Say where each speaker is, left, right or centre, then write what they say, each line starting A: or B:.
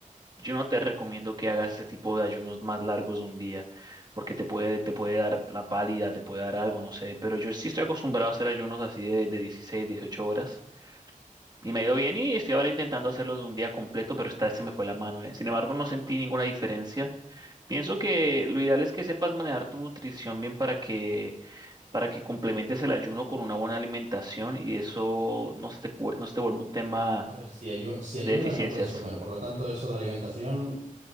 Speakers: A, on the right; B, on the right.
A: yo no te recomiendo que hagas ese tipo de ayunos más largos de un día, porque te puede, te puede dar la pálida, te puede dar algo, no sé, pero yo sí estoy acostumbrado a hacer ayunos así de, de 16, 18 horas, y me ha ido bien y estoy ahora intentando hacerlos de un día completo, pero esta vez se me fue la mano, eh. Sin embargo, no sentí ninguna diferencia. Pienso que lo ideal es que sepas manejar tu nutrición bien para que para que complementes el ayuno con una buena alimentación y eso no se te, cu- no se te vuelve un tema
B: A ver, si, ayu- si ayunas
A: de deficiencias.
B: no puedes comer, por lo tanto eso de alimentación,